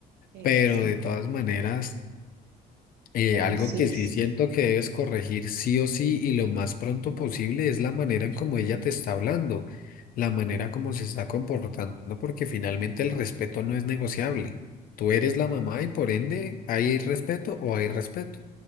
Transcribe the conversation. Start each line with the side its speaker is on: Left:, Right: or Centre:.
Right: Sí,
Left: Pero
Right: sí.
Left: de todas maneras... Eh,
Right: Bueno,
Left: algo
Right: sí,
Left: que
Right: s-
Left: sí siento que debes corregir sí o sí y lo más pronto posible es la manera en cómo ella te está hablando, la manera como se está comportando, porque finalmente el respeto no es negociable. Tú eres la mamá y por ende hay respeto o hay respeto.